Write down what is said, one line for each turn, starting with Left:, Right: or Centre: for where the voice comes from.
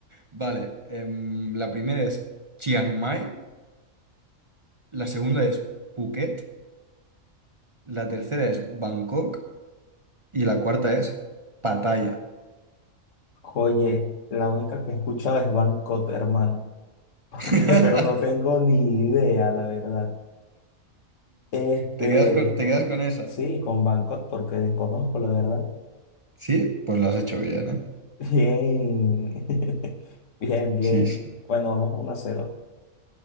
Right: Vale, em, la primera es Chiang Mai, la segunda es Phuket, la tercera es Bangkok y la cuarta es Pattaya.
Left: Oye, la única que he escuchado es Bangkok, hermano. <laughs> Porque,
Right: <laughs>
Left: pero no tengo ni idea, la verdad. Este,
Right: ¿Te quedas con, te quedas con esa?
Left: sí, con Bangkok, porque desconozco, la verdad.
Right: Sí, pues lo has hecho bien, ¿eh?
Left: Bien. <laughs> Bien, bien.
Right: Sí, sí.
Left: Bueno, vamos 1 a cero